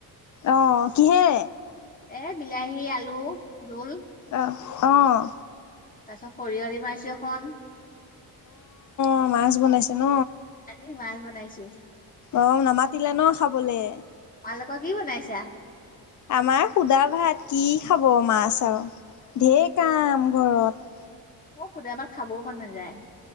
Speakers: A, on the left; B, on the left.
A: অহ, কিহে?
B: এ' বিলাহী -আলু জুল।
A: অহ -অহ
B: চব খৰিয় দি মাৰিছো এখন।
A: অহ, মাছ বনাইছে ন'।
B: আজি মাছ বনাইছো।
A: অহ, নামাতিলে ন' খাবলে?
B: তোমালোকৰ কি বনাইছা
A: আমাৰ সুদা ভাত কি খাব মাছ আৰু ঢেৰ কাম ঘৰত।
B: মই সোধা ভাত খাবও মন নাযায়।